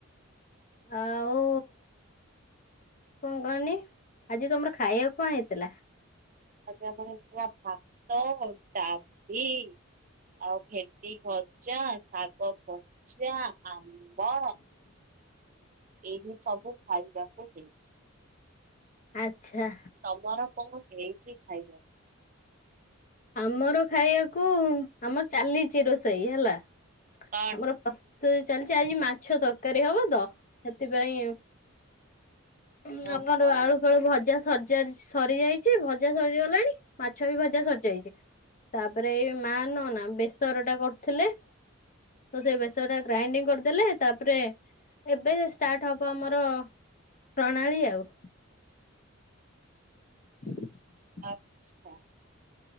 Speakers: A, on the left; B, on the right.
A: ଆଉ କଣ କହନି, ଆଜି ତମର ଖାଇବାକୁ କଣ ହେଇ ଥିଲା?
B: ଆଜି ଆମର ହେଇଥିଲା ଭାତ, ଡାଲି ଆଉ ଭେଣ୍ଡି ଭଜା, ଶାଗ <unintelligible> ଆମ୍ବ ଏମିତି ସବୁ ଖାଇବାକୁ ହେ
A: ଆଚ୍ଛା।
B: ତମର କଣ ହେଇଛି ଖାଇବା?
A: ଆମର ଖାଇବାକୁ, ଆମର ଚାଲିଚି ରୋଷେଇ ହେଲା।
B: କଣ?
A: ଆମର ପ୍ରସ୍ତୁତି ଚାଲିଚି। ଆଜି ମାଛ ତରକାରୀ ହବ ତ ସେଥିପାଇଁ ହୁଁ
B: ହଁ
A: ଆମର
B: ହଁ
A: ଆଳୁ-ଫାଳୁ ଭଜା ସ ଭଜା ସରିଯାଇଛି ଭଜା ସରିଗଲାଣି ମାଛ ବି ଭଜା ସରି ଯାଇଛି। ତାପରେ ଏଇ ମା ନୁହଁ ନା ବେସର ଟା କରୁଥିଲେ। ତ ସେଇ ବେସର ଟା ଗ୍ରାଇଣ୍ଡିଙ୍ଗ କରିଦେଲେ। ତାପରେ ଏବେ ଷ୍ଟାଟ ହବ ଆମର ପ୍ରଣାଳୀ ଆଉ। <inaudible>
B: ଆଛା।